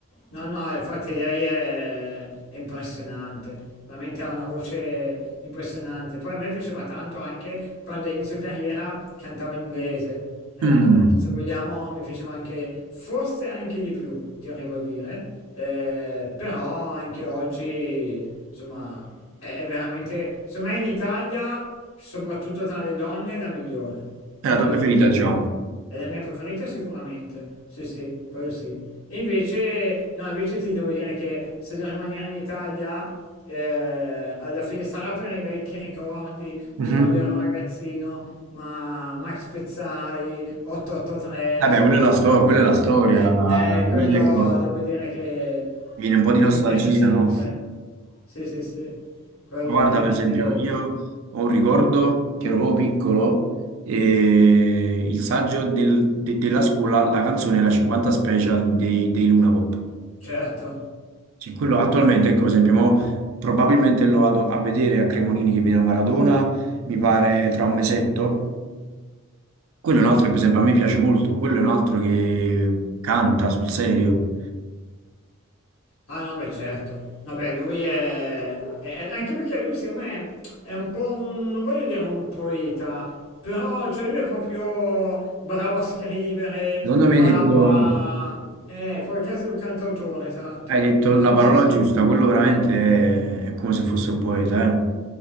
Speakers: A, on the left; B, on the right.
A: No, no, infatti lei è, è impressionante, veramente ha una voce impressionante. Poi a me piaceva tanto anche quando a inizio carriera cantava in inglese. Ecco,
B: Mm,
A: se vogliamo mi piaceva anche, forse anche di più, ti arrivo a dire, Eh, però anche oggi, insomma, è, è veramente, secondo me in Italia, soprattutto tra le donne, è la migliore.
B: È
A: Cioè
B: la tua
A: io
B: preferita,
A: non...
B: diciamo.
A: È la mia preferita sicuramente, sì sì, quello sì. E invece, no, invece ti devo dire che se devo rimanere in Italia, eh, alla fine sarà per i vecchi ricordi di
B: Mhm.
A: quando ero ragazzino, ma Max Pezzali, 883,
B: Vabbè,
A: insomma,
B: quella è la sto- quella è la storia,
A: eh, eh, quello
B: quindi ecco,
A: devo dire che
B: viene un po' di
A: mi
B: nostalgia,
A: piace sempre.
B: no?
A: Sì, sì, sì, quello
B: Ma
A: veramente,
B: Guarda, per esempio, io ho un ricordo che ero proprio piccolo e il saggio del- de- della scuola, la canzone era 50 Special dei, dei Luna Pop.
A: certo.
B: Cioè, quello attualmente, ecco, per esempio, mo probabilmente lo vado a vedere a Cremonini che viene a Maradona, mi pare tra un mesetto. Quello è un altro che, per esempio, a me piace molto, quello è un altro che canta sul serio.
A: Ah no, beh certo. Vabbè, lui è... è- è- Anche perché lui secondo me è un po'... un- non voglio dire un poeta, però cioè, lui è proprio bravo a scrivere,
B: Secondo me
A: bravo
B: hai detto,
A: a... Eh, poi cazzo è un cantautore, esatto.
B: hai detto la
A: Sì,
B: parola
A: sì, sì.
B: giusta, quello veramente è, è come se fosse un poeta,